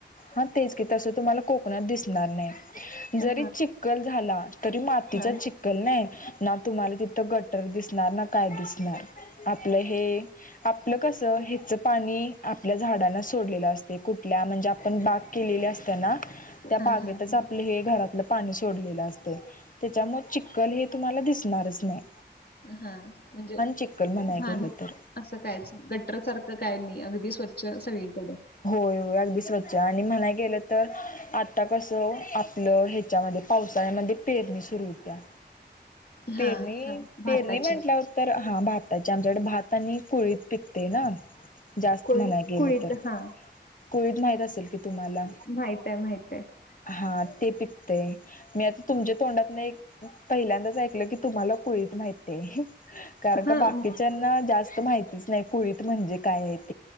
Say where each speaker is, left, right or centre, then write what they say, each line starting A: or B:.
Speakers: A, on the left; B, on the left.
A: हा तेच की तसं तुम्हाला कोकणात दिसणार नाही
B: हां,
A: जरी चिखल झाला तरी मातीचा
B: हां,
A: चिखल नाही ना तुम्हाला तिथं गट्टर दिसणार ना काय दिसणार आपलं हे आपलं कस हच पाणी आपल्या झाडांना सोडलेला असते कुठल्या म्हणजे आपण बाग केलेल्या असतना त्या
B: हां,
A: बागेतच
B: हां, हां,
A: आपलं हे घरातलं पाणी सोडलेलं असते त्याच्यामुळे चिक्कल हे तुम्हाला दिसणारच नाही
B: हा म्हणजे
A: चिखल म्हणायला
B: घाण
A: गेलं तर
B: असं काय गट्टर सारखं काय नाही अगदी स्वच्छ सगळीकडे
A: होय होय अगदी स्वच्छ आणि म्हणाय गेलं तर आता कसं आपलं ह्याच्यामध्ये पावसाळ्यामध्ये पेरणी सुरू होत्या
B: हां,
A: पेरणी
B: हां. भाताची
A: पेरणी म्हटल्या उतर हा भात त्याच्या आमच्याकडे भात आणि फोळीत पिकते ना जास्त
B: कोळी
A: म्हणाय गेलं
B: कुळीत
A: तर
B: हां
A: कोळीत माहित असेल की तुम्हाला?
B: माहित आहे माहित आहे.
A: हा. ते पिकतेय मी आता तुमच्या तोंडात नाही पहिल्यांदाच तुम्हाला कोळीत माहित आहे. कारण का
B: हां
A: बाकीच्याना जास्त माहितीच नाही. कोळीत म्हणजे काय आहेत?